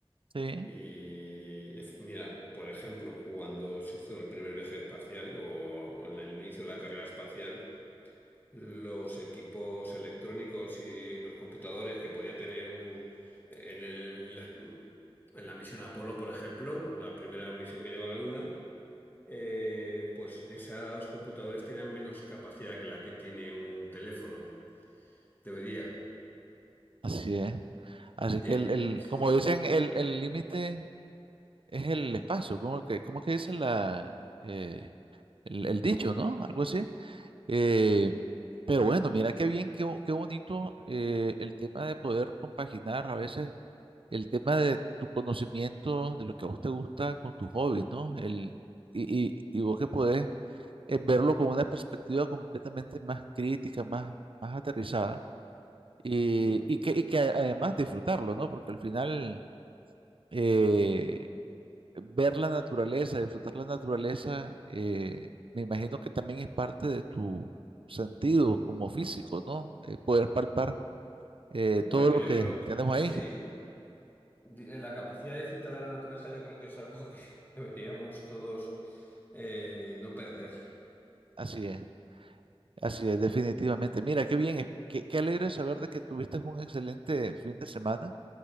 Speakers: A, on the right; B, on the left.
A: Sí,
B: Y ef- mira, por ejemplo, cuando se hizo el primer viaje espacial o en el inicio de la carrera espacial, los equipos electrónicos y los computadores que podía tener un en el- en la en la misión Apolo, por ejemplo, la primera misión que llegó a la Luna eh, pues esos computadores tenían menos capacidad que la que tiene un teléfono de hoy día.
A: así es. Así
B: Eh,
A: que el, el-
B: eh, sí,
A: como
B: sí.
A: dicen, el el límite es el espacio, ¿cómo que, cómo que dice la, eh, el, el dicho, ¿no? Algo así. Eh, pero bueno, mira qué bien, qué, bo- qué bonito eh, el tema de poder compaginar a veces el tema de tu conocimiento, de lo que a vos te gusta con tus hobbies, ¿no? El, y, y, y vos que podés eh, verlo con una perspectiva completamente más crítica, más, más aterrizada, y,
B: Ujú.
A: y que, y que a- además disfrutarlo, ¿no? Porque al final... eh, ver la naturaleza, disfrutar la naturaleza, eh, me imagino que también es parte de tu sentido como físico, ¿no? Eh, poder palpar eh,
B: Bueno,
A: todo lo
B: yo
A: que
B: creo que
A: tenemos
B: sí.
A: ahí.
B: Di- eh, La capacidad de disfrutar de la naturaleza yo creo que es algo que <laughs> deberíamos todos eh, no perder.
A: Así es, así es, definitivamente. Mira, qué bien, eh, qué, qué alegre saber de que tuviste un excelente fin de semana